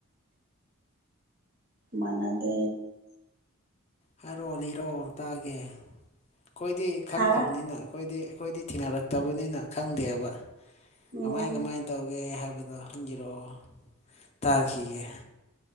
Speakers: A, on the right; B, on the left.
A: ꯃꯥꯟꯅꯗꯦ
B: ꯍꯥꯏꯔꯛꯑꯣ ꯂꯤꯔꯛꯑꯣ ꯇꯥꯒꯦ ꯈꯣꯏꯗꯤ ꯈꯪꯗꯕꯅꯤꯅ
A: ꯍꯥ
B: ꯑꯩꯈꯣꯏꯗꯤ ꯑꯩꯈꯣꯏꯗꯤ ꯊꯦꯡꯅꯔꯛꯇꯕꯅꯤꯅ ꯈꯪꯗꯦꯕ
A: ꯎꯝ
B: ꯀꯃꯥꯏ ꯀꯃꯥꯏ ꯇꯧꯒꯦ ꯍꯥꯏꯕꯗꯣ ꯍꯪꯒꯤꯔꯛꯑꯣ ꯇꯥꯈꯤꯒꯦ